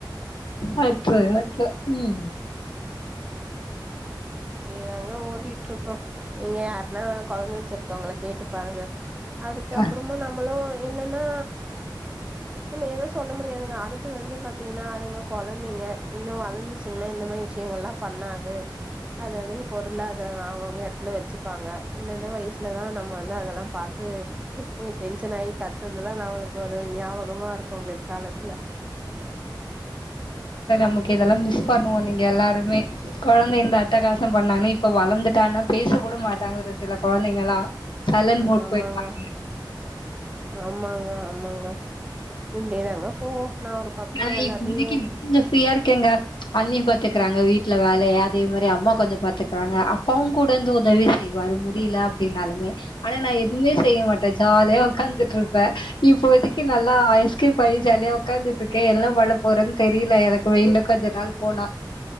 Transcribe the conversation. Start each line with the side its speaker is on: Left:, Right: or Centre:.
Left: அச்சோ அச்சோ ம்
Right: நீங்கதாங்க ஓடிட்ருக்கோ நீங்க யாருனா கொழந்த வச்சிருக்கவங்கள கேட்டு பாருங்க அதுக்கப்புறமா
Left: க
Right: நம்மளு என்னனா நம்ம எது சொல்ல முடியாதுங்க அடுத்து வந்து பாத்திங்னா அதுங்க கொழந்தைங்க இன்னு வளந்துச்சுங்னா இந்த மார் விஷயங்கள்லா பண்ணாது அது அதுங்க பொருளா அத அவங்கவுங்க எடத்துல வச்சுப்பாங்க இந்தந்த வயசுலதா நம்ம வந்து அதெல்லா பாத்து டென்ஷன் ஆகி கத்த இதெல்லா நம்மளுக்கு ஒரு ஞாபகமா இருக்கு பிற்காலத்துல
Left: நமக்கிதெல்லா மிஸ் பண்ணுவோ நீங்க எல்லாருமே குழந்தை இந்த அட்டகாசம் பண்ணானே இப்ப வளந்துட்டானா பேச கூட மாட்டாங்க சில கொழந்தைங்களா சைலன்ட்
Right: ஆமாமாங்க
Left: மோட் போயிருப்பாங்க.
Right: ஆமாங்க ஆமாங்க இப்டியேதாங்க போகு நா ஒரு பக்க
Left: ஆனா
Right: எல்லாத்தை
Left: இப்போதைக்கு கொஞ்சம் ஃப்ரீயா இருக்கேங்க அண்ணி பாத்துக்கிறாங்க வீட்ல வேலைய அதே மாரி அம்மா கொஞ்ச பாத்துக்றாங்க அப்பாவு கூட வந்து உதவி செய்வாரு முடில அப்டினாலுமே ஆனா நா எதுமே செய்ய மாட்ட ஜாலியா உக்காந்துட்ருப்ப ப்ப இப்போதைக்கு
Right: ம்,
Left: நல்லா எஸ்கேப் ஆயி ஜாலியா உக்காந்துட்ருக் கே என்ன பண்ண போறேன்னு தெரியல எனக்கு வெயில கொஞ்ச நாள் போனா